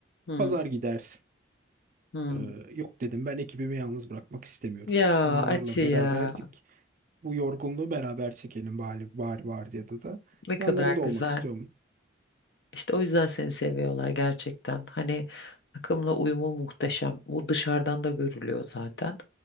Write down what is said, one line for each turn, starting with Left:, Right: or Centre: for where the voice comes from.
Left: Hmm.
Right: pazar gidersin.
Left: Hmm.
Right: Ee, yok dedim ben ekibimi yalnız bırakmak istemiyorum.
Left: Ya
Right: Onlarla
Left: Ati
Right: beraberdik.
Left: ya
Right: Bu yorgunluğu beraber çekelim bari, bari vardiyada da.
Left: ne kadar
Right: Yanlarında
Left: güzel.
Right: olmak istiyorum.
Left: İşte o yüzden seni seviyorlar gerçekten. Hani takımla uyumu muhteşem. Bu dışarıdan da görülüyor zaten.